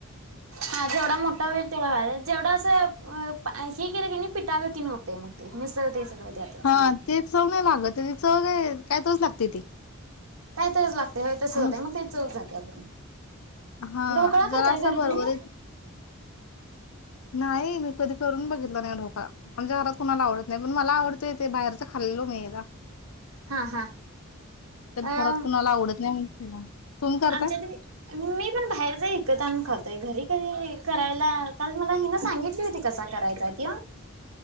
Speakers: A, on the right (about 85°); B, on the left (about 80°).
A: हा जेवढा मोठा होईल तेवढर जेवढं असं हे केलं पिटागतीन होतंय मग ते मिसळते सगळं. त्यातच
B: हा ते चव नाही लागत नाही त्याची चव काय तर च लागते ती.
A: काय तरच लागते होय तसं होतय
B: नुस
A: मग ते चव जाते पुर्ण.
B: हा
A: ढोकळा
B: जरा
A: करताय
B: असा
A: घरी
B: भरभरीत
A: तुम्ही?
B: नाही मी कधी करून बघितला नाही ढोकळा आमच्या घरात कोुणाला आवडत नाही पण मला आवडतय तेे बाहेरच खा ल्लो मैदा
A: हा हा अ
B: घरात कुणाला आवडत नाही म्हणून केला तुम्ही करताय
A: आमच्यात मी पण बाहेरच विकत आणून खातोय घरी कधी करायला काल मला हि न सांगितली होती कसा करायचा त्यो.